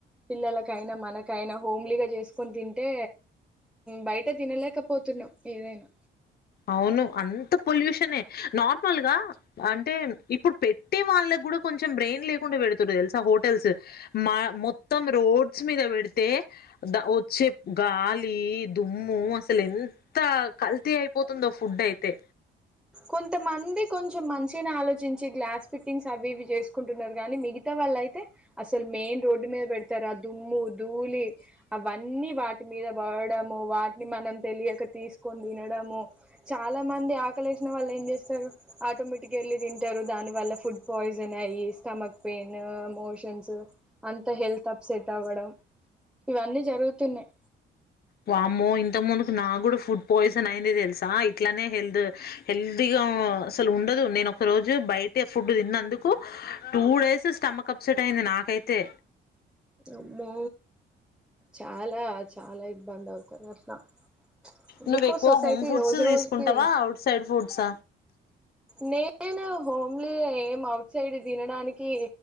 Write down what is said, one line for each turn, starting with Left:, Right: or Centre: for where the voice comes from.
Centre: పిల్లలక్ కై నా మనకైన హోమ్లీగా చేస్త కొని తింటే బయట తినలేకపోతున్నాం ఏదైనా
Left: అవును అంత పొల్యూషనే నార్మల్ గా అంటే, ఇప్పుడు పెట్టే వాళ్ళకి కూడా కొంచెం బ్రెయిన్ లేకుండా పెడుతురు తెలుసా హోటల్స్. మా మొత్తం రోడ్ డ్స్ మీద పెడితే ద వచ్చే గాలి దుమ్ము అసలు ఎంత కలల్తీ అయిపో స్తుందో ఫుడ్ అయితే
Centre: కొంతమంది కొంచెం మంచిగానే ఆలోచించి గ్లాస్ ఫిట్టింగ్స్ అవి ఇవి చేసుకుంటున్నారు కానీ, మిగతా వాళ్ళ అయితే అసలు మెయిన్ రోడ్ మీద పెడతారా దుమ్ము, దూ ధూళి అవన్నీ వాటి మీద బ వాటిని మనం తెలియక తీసుకొని తినడము చాలా మంది ఆకలేస్ వాళ్ళు ఏం చేస్తారు ఆటోమేటిక్గా వెళ్ళి తింటారు. దాని వల్ల ఫుడ్ పాయిజన్ అయ్యి, స్టమక్ పెయిన్, మోషన్స్ అంతా హెల్త్ అప్సెట్ అవ్వడం. ఇవన్నీ జరుగుతున్నాయి.
Left: వామ్మో ఇంతకు మునుపు నా కూడా ఫుడ్ పాయిజన్ అయింది తెలుసా ఇట్లానే హెల్త్ హెల్దీగా అసలు ఉండదు. నేను ఒక రోజు బయట ఫుడ్ తిన్నందుకు టూ డేస్ స్టమక్ అప్సెట్ అయింది. నాకైతే
Centre: అమ్మో చాలా చాలా ఇబ్బంది అవుతారు అట్లా ఎందుకో
Left: నువ్వు ఎక్కువ
Centre: సొసైటీ
Left: హోమ్ ఫుడ్స్
Centre: రోజు రోజుకి
Left: తీసుకుంటావా ఔట్ సైడ్ ఫుడ్స్
Centre: నేను హోమ్లీ ఏం అవుట్ సైడ్ తినడానికి,